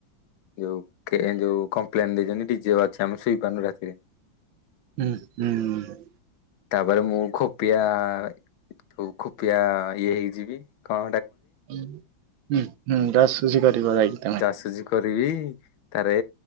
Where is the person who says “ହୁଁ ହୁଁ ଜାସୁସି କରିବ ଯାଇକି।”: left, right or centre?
Right